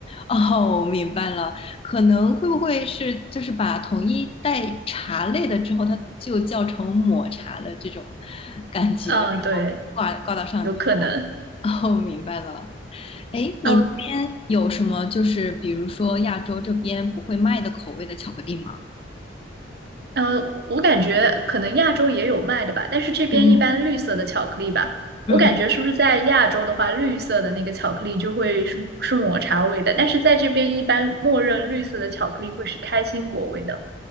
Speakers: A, on the left (about 30°); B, on the right (about 55°).
A: 哦，我明白了，可能会不会是就是把统一带茶类的之后，它就叫成抹茶的这种感觉，
B: <laughs> 嗯、
A: 然后挂挂到上面。
B: 对，有可能。
A: 哦，明白了。哎，你那边有什么就是比如说亚洲这边不会卖的口味的巧克力吗？
B: 哦呃，我感觉可能亚洲也有卖的吧，但是这边一般绿色的巧克力吧，
A: 嗯嗯嗯嗯。
B: 我感觉是不是在亚洲的话，绿色的那个巧克力就会是是抹茶味的，但是在这边一般默认绿色的巧克力会是开心果味的，